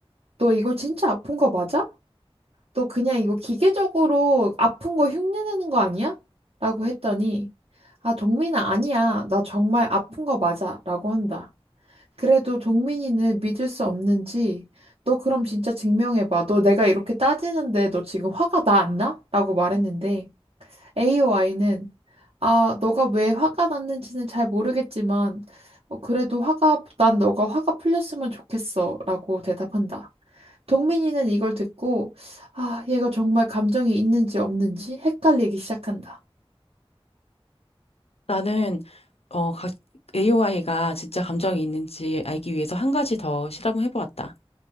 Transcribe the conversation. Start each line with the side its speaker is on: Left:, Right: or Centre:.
Right: 너 이거 진짜 아픈 거 맞아? 너 그냥 이거 기계적으로 아픈 거 흉내내는 거 아니야? 라고 했더니 아, 동민아, 아니야. 나 정말 아픈 거 맞아. 라고 한다. 그래도 동민이는 믿을 수 없는지, 너 그럼 진짜 증명해봐. 너 내가 이렇게 따지는데 너 지금 화가 나 안 나? 라고 말했는데, AOI는, 아, 너가 왜 화가 났는지는 잘 모르겠지만, 어, 그래도 화가, 난 너가 화가 풀렸으면 좋겠어. 라고 대답한다. 동민이는 이걸 듣고, 아, 얘가 정말 감정이 있는지 없는지 헷갈리기 시작한다.
Left: 나는 어, AOI가 진짜 감정이 있는지 알기 위해서 한 가지 더 실험을 해보았다.